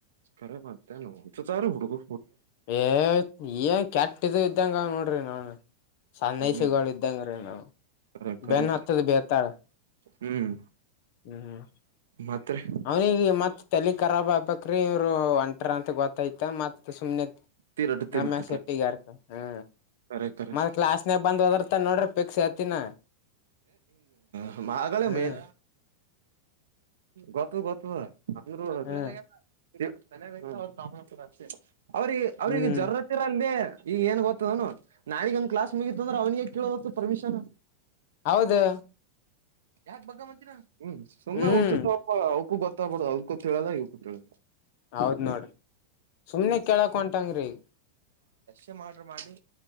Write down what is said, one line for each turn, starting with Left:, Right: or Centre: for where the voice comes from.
Right: ಕರ ಬತನು ಸಾರು ಹುಡುಗು
Left: ಏ ನ್ ಕೆಟ್ಟಿದ ಇದ್ದಂಗ ನೋಡ್ರಿ ನಾನ್ ಸಣ್ಣೈಸಗಳು
Right: ಹ್ಮ್
Left: ಇದ್ದಂಗ್ರೀ ನಾವವು
Right: ಕರೆ ಕರೆ
Left: ಬೆನ್ ಹೊತ್ತದ ಬೇತಾಳ
Right: ಹ್ಮ್
Left: ಹ್ಮ್ ಹ್ಮ್
Right: ಮತ್ರಿ
Left: ಅವನಿಗೆ ಮತ್ತ ತಲಿ ರಾಬ್ ಆಗ್ಬೇಕ್ರೀ ಇವರು ಒಂಟ ಟ ಅಂತ ಗೊತ್ತಾಯ್ತ ಮತ್ ಸ ಸುಮನೆ
Right: ತೀರಡ್
Left: ನಮ್ಯಾ
Right: ತಿಳ್ತಿತ
Left: ಶೆಟ್ಟಿಗ ಅರ್ತ ಹ್ಮ
Right: ಕರೆ ಕರೆ
Left: ಮತ್ತ ಕ್ಲಾಸ್ನಾಗ ಬಂದ ಹೋದ್ರ ಅ ನೋಡ್ರಿ ಪೇಕ್ಷಸಾತಿನ
Right: ಹ ಮಗಗಳ
Left: ಹ್ಮ್
Right: ಮೇನ್ ಗ ಗತ್ತು ಅಂದರು
Left: ಹ್ಮ್
Right: ಬೆಲೆು ಅವ್ರ ದಾಮನಪುರ ಅಷ್ಟೇ ಅವ್ರಿಗೆ ಅವ್ರಿಗೆ
Left: ಹ್ಮ್
Right: ಜರರತಿರ ಅಲ್ದೇ ಈಗ ಏನ್ ಗೊತ್ತದನು ನಾಿಗಂದಂದು ಕ್ಲಾ ಮುಗಿತತ್ತಂದ್ರೆ ಅವನಿಗೆ ಕೇಳದತ್ತು ಪರ್ಮಿಷನ್
Left: ಹೌದು
Right: ಯಾಕ ಬಗ್ ಮಂತೀರಾ ಹ್ಮ್ ಸುಮ್ಮನೆ
Left: ಹ್ಮ್
Right: ಉಊತ್ತು ಸ್ವಲ್ಪ ಅವಕು ಗೊತ್ತ ಬಡೋ ಅವ್ರ್ೂ ಹೇಳೋದ ಇವಕ್ಕೂ ಕ ಹೇಳೋ
Left: ಹೌದ್ ನೋಡ್ರಿ ಸುಮನೆ ಕೇಳಕ್ಂಟಂಗ ್ರೇ
Right: ೇ ಮಾಡ ಮಾಡಲಿ